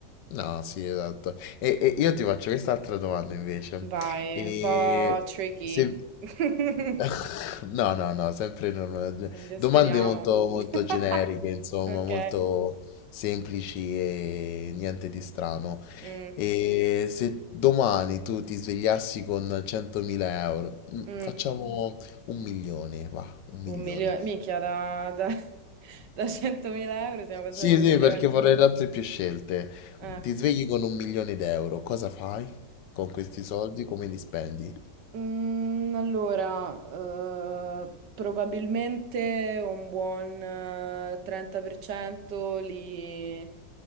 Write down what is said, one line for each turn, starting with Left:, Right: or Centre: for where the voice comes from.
Left: No, sì, esatto. E, e io ti faccio quest'altra domanda invece.
Right: Vai,
Left: E
Right: un po' tricky.
Left: se...
Right: <laughs>
Left: <laughs> No, no, no, sempre non-
Right: Quindi
Left: domande
Right: Speriamo.
Left: molto,
Right: <laughs>
Left: molto generiche, insomma,
Right: Ok.
Left: molto semplici e niente di strano.
Right: Mm,
Left: E se domani tu ti svegliassi con 100.000 euro, mm,
Right: mm.
Left: facciamo un milione, va, un milione.
Right: Un milione. Minchia, da, da, <laughs> da 100.000 euro siamo passati
Left: Sì,
Right: a un
Left: sì,
Right: milione.
Left: perché vorrei altre più scelte.
Right: Eh.
Left: Ti svegli con un milione d'euro, cosa fai con questi soldi? Come li spendi?
Right: Mm, allora, eh, probabilmente un buon eh, 30% li